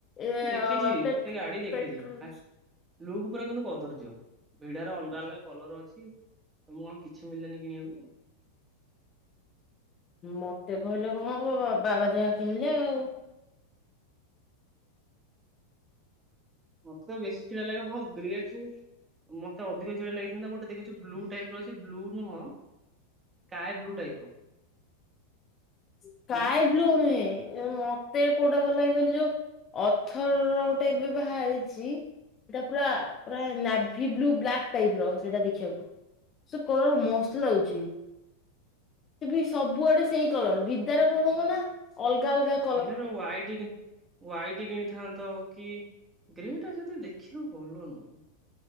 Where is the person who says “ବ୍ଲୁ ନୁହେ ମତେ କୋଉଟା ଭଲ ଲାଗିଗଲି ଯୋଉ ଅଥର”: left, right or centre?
Left